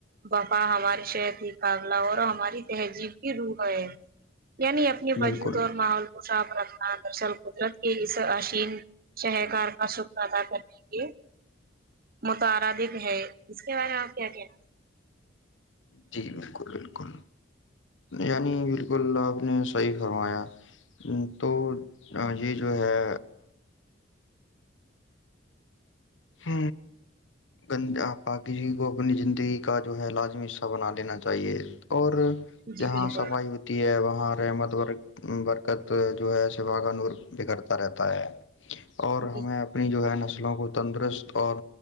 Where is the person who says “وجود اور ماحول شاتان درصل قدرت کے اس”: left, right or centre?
Right